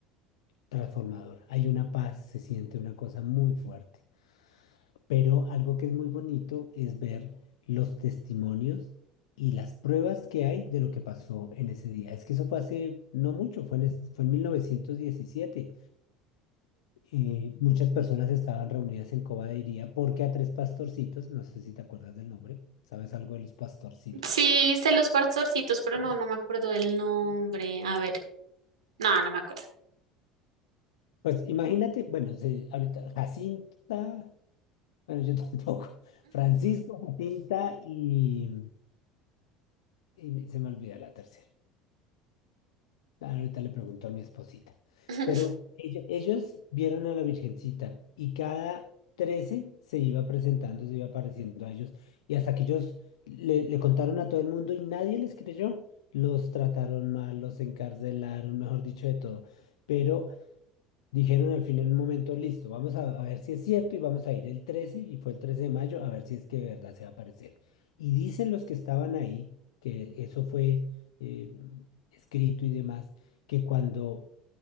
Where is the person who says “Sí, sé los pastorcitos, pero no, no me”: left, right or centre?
Right